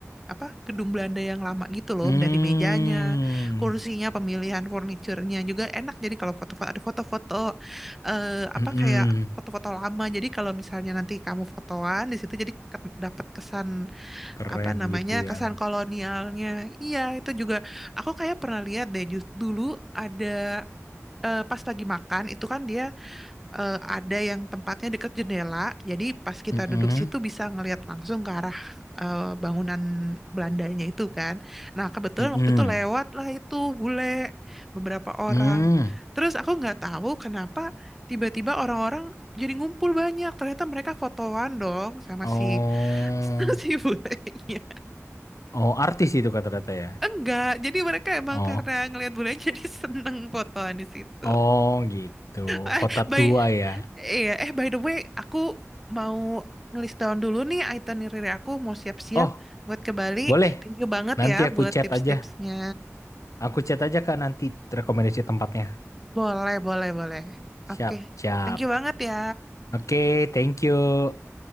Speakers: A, in the centre; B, on the left (about 85°).
A: apa gedung Belanda yang lama gitu loh
B: Mm.
A: dari mejanya, kursinya, pemilihan furniturnya juga enak. Jadi kalau foto-foto ada foto-foto eh, apa
B: Mm-mm.
A: kayak foto-foto lama. Jadi kalau misalnya nanti kamu fotoan di situ jadi ke- dapat kesan
B: Keren
A: apa namanya
B: gitu
A: kesan
B: ya.
A: kolonialnya. Iya itu juga aku kayak pernah lihat deh jus- dulu ada eh, pas lagi makan itu kan dia eh, ada yang tempatnya dekat jendela, jadi pas kita
B: Mm-mm.
A: duduk situ bisa ngelihat langsung ke arah eh, bangunan Belandanya itu kan. Nah, kebetulan
B: Mm-mm.
A: waktu itu lewat lah itu bule beberapa orang.
B: Mm.
A: Terus aku nggak tahu kenapa tiba-tiba orang-orang jadi ngumpul banyak. Ternyata mereka fotoan dong sama
B: Oh.
A: si <laughs> si bulenya.
B: Oh, artis itu kata rata ya.
A: Enggak, jadi mereka emang
B: Oh,
A: karena ngelihat bule <laughs> jadi seneng fotoan di situ.
B: oh gitu.
A: Eh,
B: Kota
A: by
B: tua ya.
A: iya, eh by the way, aku mau ngelis down dulu nih itinerary aku mau siap-siap
B: Oh,
A: buat ke Bali.
B: boleh.
A: Thank you banget
B: Nanti
A: ya
B: aku
A: buat
B: chat
A: tips-tipsnya.
B: aja. Aku chat aja Kak nanti rekomendasi tempatnya.
A: Boleh, boleh, boleh. Oke,
B: Siap, siap.
A: Thank you banget ya.
B: Oke, thank you.